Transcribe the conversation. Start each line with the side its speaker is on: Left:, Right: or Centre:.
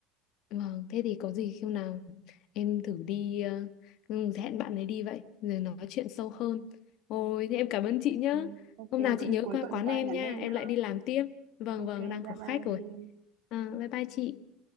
Left: Vâng, thế thì có gì khi nào em thử đi ờ, ừ, hẹn bạn ấy đi vậy rồi nói chuyện sâu hơn. Ôi, thế em cảm ơn chị
Right: Ừ,
Left: nhá.
Right: ok,
Left: Hôm nào
Right: có
Left: chị
Right: gì
Left: nhớ
Right: cuối
Left: qua
Right: tuần
Left: quán
Right: qua
Left: em
Right: nhắn
Left: nha,
Right: em
Left: em
Right: nhá.
Left: lại đi làm tiếp. Vâng
Right: Ok,
Left: vâng, đang
Right: bye
Left: có khách
Right: bye.
Left: rồi. À, bye bye chị.